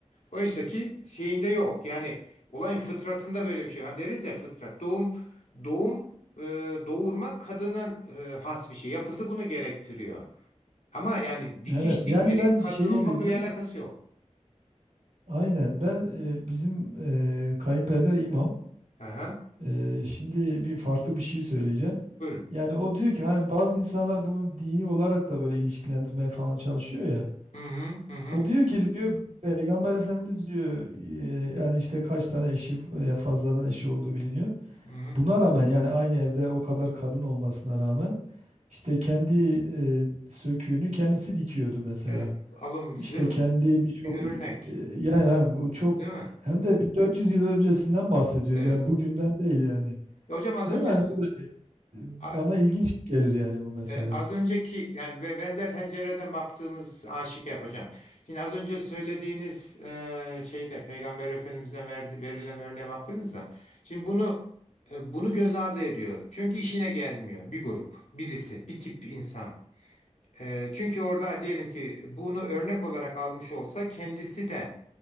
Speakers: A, on the left (about 75°); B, on the right (about 85°).
A: Oysa ki şeyinde yok. Yani olayın fıtratında böyle bir şey. Hani deriz ya fıtrat doğum doğum e, doğurma kadına e, has bir şey. Yapısı bunu gerektiriyor. Ama yani dikiş
B: Evet
A: dikmenin
B: yani ben
A: kadın
B: şeyi
A: olmakla
B: duydum.
A: bir alakası yok.
B: Aynen ben e, bizim e, kayınpeder imam.
A: Aha,
B: E, şimdi bir farklı bir şey söyleyeceğim.
A: buyurun.
B: Yani o diyor ki hani bazı insanlar bunu dini olarak da böyle ilişkilendirmeye falan çalışıyor ya.
A: Hı hı hı hı.
B: O diyor ki diyor Peygamber Efendimiz diyor e, yani işte kaç tane eşi ya fazladan eşi olduğu biliniyor.
A: hı hı.
B: Buna rağmen yani aynı evde o kadar kadın olmasına rağmen işte kendi e, söküğünü kendisi dikiyordu mesela.
A: Evet, alım
B: İşte
A: size
B: kendi birçok
A: bir
B: e,
A: örnek,
B: yani ha, bu çok
A: değil mi?
B: hem de 1400 yıl öncesinden bahsediyoruz.
A: Evet.
B: Yani bugünden değil yani.
A: Ya hocam az
B: Değil
A: önce
B: mi? Yani bu- da, e,
A: a-
B: bana ilginç gelir yani bu mesela.
A: e, az önceki yani ve benzer pencereden baktığımız aşikar hocam. Şimdi az önce söylediğiniz e, şeyde Peygamber Efendimiz'den verdi, verilen örneğe baktığınızda şimdi bunu e, bunu göz ardı ediyor. Çünkü işine gelmiyor bir grup, birisi, bir tip insan. E, çünkü orada diyelim ki bunu örnek olarak almış olsa kendisi de